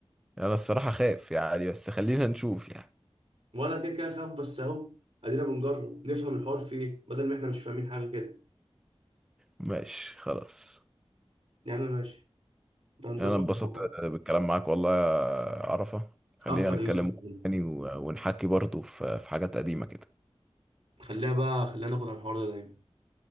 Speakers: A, in the centre; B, on the right.
A: انا الصراحة خايف يعني بس خلينا نشوف يعني
B: وانا كده كده خاف بس اهو ادينا بنجرب نفهم الحوار في ايه بدل ما احنا مش فاهمين حاجه كده
A: ماشي خلاص
B: يا عم ماشي ده هنظبطها
A: انا اتبسطت
B: مع بعض
A: بالكلام معاك والله يا عرفة خلينا
B: اكتر
A: نتكلم
B: يا يوسف والله.
A: تاني و- ونحكي برضه في في حاجات قديمة كده
B: خليها بقى خلينا ناخد على الحوار ده دايما